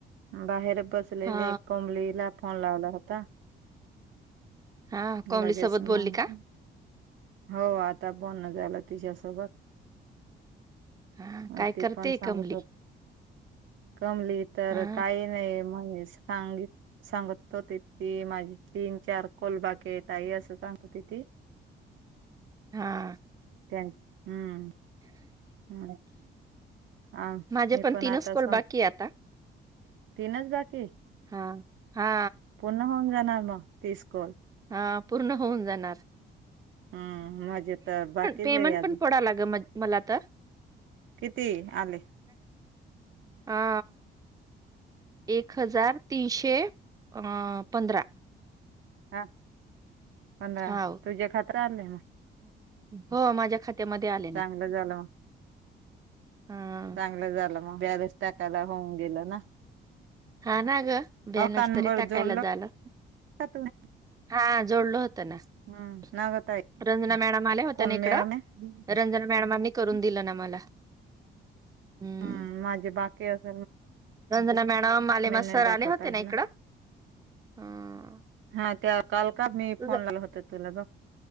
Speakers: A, on the right (about 70°); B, on the right (about 20°).
A: बाहेर बसलेले,
B: हा
A: <unintelligible> फोन लावला होता,
B: हा
A: लगेच
B: कमली सोबत
A: मग
B: बोलली का?
A: हो आता बोलणं झालं, तिच्या सोबत.
B: हा काय
A: अ ते
B: करते
A: पण सांगू.
B: कमली?
A: कमली तर
B: हा
A: काही नाही म्हण सांगी सांगत होती ती माझी तीन, चार <unintelligible> आई असं सांगते. <unintelligible>
B: हा.
A: <unintelligible> हम्म! हम् हा
B: माझे
A: मी पण
B: तीनच
A: आता
B: कॉल
A: सं
B: बाकी आहे आता
A: तीनच बाकी
B: हा हा
A: पूर्ण <unintelligible>
B: हा पूर्ण होऊन, जाणार‌.
A: हम्म! मजे तर बाकीच
B: पेमेंट
A: ये अजून.
B: पण पडा लाग म मला तर
A: किती आले?
B: हा एक हजार तीनशे. अ पंधरा.
A: हा, पधंरा
B: हाव.
A: तुझ्या खात्याव आलेय
B: हो, माझ्या खात्यामध्ये आले ना.
A: चांगलं झालं मग
B: हा.
A: चांगलं झालं मग ब्यालेस टाकायला होऊन गेलं ना.
B: हा ना गं ब्यानस
A: अ कानबर
B: तरी टाकायला
A: जोडलं
B: झालं.
A: का तुम्ही
B: हा जोडल होतं
A: हम्म
B: <unintelligible>
A: नागताई
B: रंजना मॅडम आल्या होत्या,
A: कोण
B: ना इकडं
A: मॅडम आहे
B: रंजना मॅडमांनी करून दिलं ना मला. हम्म
A: हम् माझ बाकी असं.
B: रंजना मॅडम अलिमा
A: नाही
B: सर
A: दाखवत
B: आले होते,
A: आहे
B: ना इकडं. <unintelligible>
A: हा त्या काल का मी
B: तुझ
A: फोन <unintelligible> होत तुला बघं.